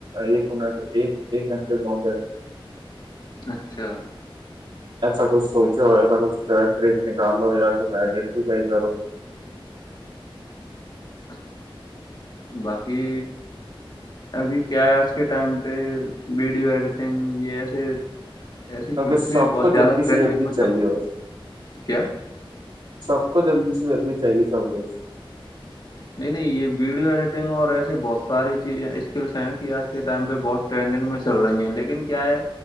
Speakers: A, on the right (about 65°); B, on the left (about 50°).
A: ایک منٹ ایک ایک گھنٹے میں ہو جائے ھم
B: اچھا
A: ایسا کچھ سوچو ایسا کچھ ٹریک نکالو یا کچھ آئیڈینٹیفائی کرو
B: باقی ابھی کیا ہے آج کے ٹائم پہ ویڈیو ایڈیٹنگ یہ ایسے ایسی
A: کیونکہ
B: چ
A: سب
B: بہت
A: کو
B: زیادہ
A: جلدی
B: ٹرینڈنگ
A: سے جلدی
B: پ چل
A: چاہیے بس
B: کیا
A: سب کو جلدی سے جلدی چاہیے سب سے
B: نہیں نہیں یہ ویڈیو ایڈیٹنگ اور ایسسی بہت ساری چیزیں اسکلس ہیں کہ آج کے ٹائم پہ بہت ٹرینڈنگ میں چل رہی ہیں لیکن کیا ہے